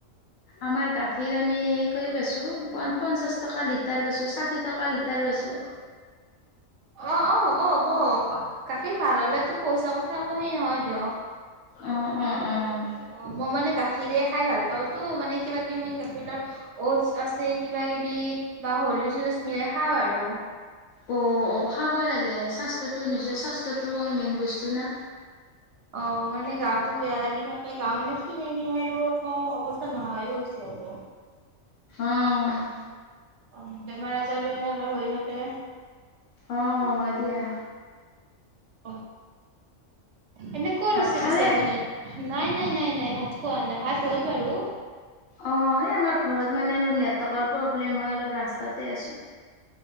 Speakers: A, on the left; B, on the right.
A: আমাৰ গাখীৰ আমি এই কৰি বেছো প পঞ্চাশ টকা লিটাৰ বেছো ষাঠি টকা লিটাৰ বে বেছো।
B: অ' অ' হ'ব হ'ব। গাখীৰ ভাল হলেটো পইচা কথা একো হেই নহয় দিয়ক।
A: অ', অ', অ'।
B: অ' মই মানে গাখীৰে খাই ভাল পাওঁ তো মানে। কিবা কিবি গাখীৰ লগত অটছ আছে কিবা কিবি বা হৰলিচ চৰলিচ মিলাই খাওঁ আৰু।
A: অ', অ', খাবই লাগে স্বাস্থ্যটো নিজৰ স্বাস্থ্যটো মেইন বস্তু না।
B: অ', মানে গাটো বেয়া লাগি থাকে গা মানে ক্ষিনাই মিনাই আৰু মোৰ অৱস্থা নহা হৈ গৈছে আৰু।
A: অ',
B: অ', বেমাৰ আজাৰো এনেকে হৈ থাকে।
A: অ হয় দিয়া।
B: অ', এনে কত
A: ভাত
B: আছে
A: খালে?
B: পিছে আপুনি, নাই নাই নাই নাই ভাত। খোৱা নাই ভাত হ'ল বাৰু।
A: অ', এই আমাৰ ঘৰত মানে অলপ নেটৱৰ্কৰ প্ৰব্লেম হয় অলপ ৰাস্তাতে আছোঁ।